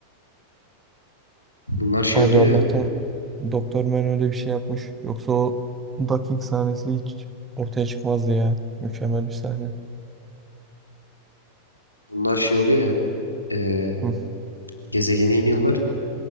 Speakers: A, on the left; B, on the right.
A: Bunlar şey
B: Abi
A: oluyor
B: Allah'tan
A: ya.
B: Doktor Man öyle bir şey yapmış. Yoksa o ducking sahnesi hiç ortaya çıkmazdı ya. Mükemmel bir sahne.
A: Bunlar şey oluyor ya. eee,
B: Hı.
A: gezegene iniyorlar.